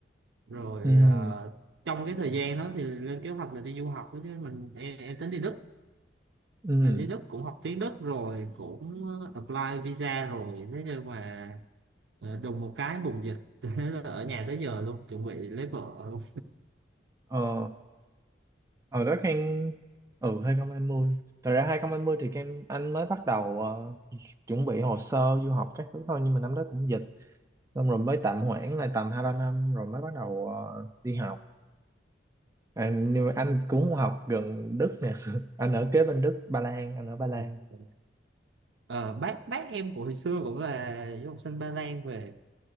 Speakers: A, on the right; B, on the right.
A: rồi
B: ừ
A: ờ, trong cái thời gian đó thì lên kế hoạch là đi du học đó, chứ mình em, em tính đi Đức
B: ừ
A: Mà đi Đức cũng học tiếng Đức rồi cũng ờ, apply visa rồi thế nhưng mà ờ, đùng một cái bùng dịch <laughs> Thế là ở nhà tới giờ luôn chuẩn bị lấy vợ luôn
B: ờ ở đó Khang ừ hai không hai mươi thật ra hai không hai mươi thì Khang anh mới bắt đầu ờ, chuẩn bị hồ sơ du học các thứ thôi nhưng mà năm đó cũng dịch xong rồi mới tạm hoãn lại tầm hai ba năm rồi mới bắt đầu ờ, đi học à, nhưng mà anh cũng học gần Đức nè <laughs> anh ở kế bên Đức Ba Lan anh ở Ba Lan
A: <laughs> Ờ, bác bác em của hồi xưa cũng là du học sinh Ba Lan về